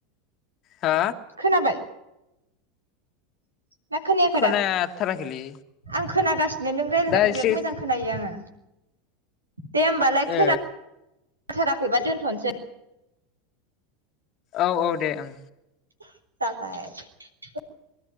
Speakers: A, on the left; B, on the right.
A: हा
B: खोनाबाय? ना खोनायाखै
A: खोनाथाराखैलै
B: <unintelligible> आं खोनागासिनो नों रायज्लायनायखौ
A: दा एसे
B: बिराद मोजां खोनायो आङो दे होमबालाय खोनाथाराखैबा
A: ओ
B: दोनथ'नोसै
A: औ औ दे ओं
B: <unintelligible>